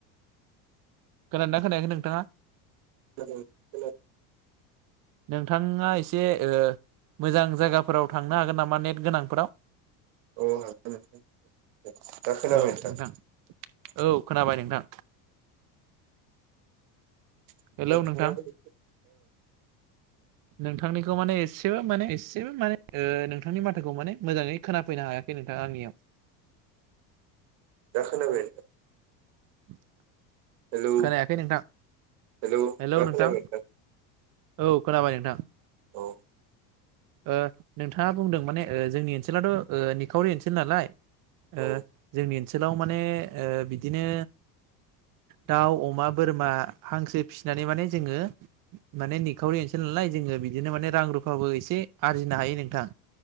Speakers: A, on the right; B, on the right.
A: खोनादोंना खोनायाखै नोंथाङा?
B: <inaudible>
A: नोंथाङा एसे ओ मोजां जायगाफोराव थांनो हागोन नामा नेट गोनांफोराव
B: औ हागोन नोंथां। दसेल'
A: औ
B: बेट
A: नोंथां
B: <unintelligible>
A: औ खोनाबाय नोंथां
B: <inaudible>
A: हेलौ नोंथां नोंथांनिखौ माने एसेबो माने एसेबो माने ओ नोंथांनि माथाखौ माने मोजाङै खोनाफैनो हायाखै। नोंथां आंनि आव
B: दा खोनाबाय?
A: <inaudible>
B: हेलौ
A: खोनायाखै नोंथां
B: हेलौ
A: हेल'
B: दा
A: नोंथां।
B: खोनाबाय
A: औ खोनाबाय नोंथां।
B: औ
A: ओ नोंथाङा बुंदों माने जोंनि ओनसोलाथ' निखावरि ओनसोल नालाय ओ
B: औ
A: जोंनि ओनसोलाव माने ओ बिदिनो दाउ अमा बोरमा हांसो फिसिनानै माने जोङो माने निखावरि ओसोल नालाय जोङो बिदिनो माने रां रुफाबो एसे आरजिनो हायो नोंथां।